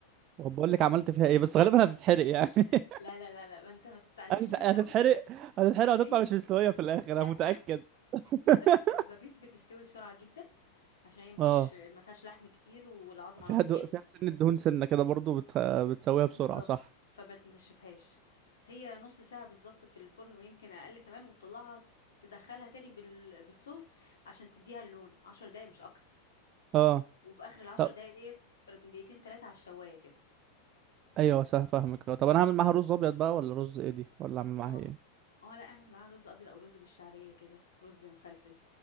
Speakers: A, on the right; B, on the left.
A: وبقول لك عملت فيها ايه بس غالبا هتتحرق يعني
B: لا
A: <laughs>
B: لا لا لا ما أنت ما تعليش
A: هتت-
B: النور
A: هتتحرق
B: قوي
A: هتتحرق
B: ليه
A: وهتطلع مش مستويه في الاخر
B: لا
A: انا متاكد <laughs>
B: لا بالعكس الدبابيس بتستوي بسرعة جدا عشان هي مش
A: اه
B: ما فيهاش لحم كتير والعظم
A: فيها
B: على طول
A: دو...
B: يعني
A: فيها سنه دهون سنه كده برضو بت... بتسويها بسرعه
B: بالظبط
A: صح
B: فما تنشفهاش هي نص ساعة بالظبط في الفرن ويمكن أقل كمان وتطلعها تدخلها تاني بال... بالصوص عشان تديها اللون عشر دقايق مش أكتر
A: اه
B: وفي آخر العشر
A: طب
B: دقايق ديت قرب دقيقتين تلاتة على الشواية كده
A: ايوه صح فاهمك آه، طب انا هعمل معاها رز ابيض بقى ولا رز ايه دي ولا اعمل معاها
B: اه
A: ايه
B: اه لا اعمل معاها رز أبيض أو رز بالشعرية كده رز مفلفل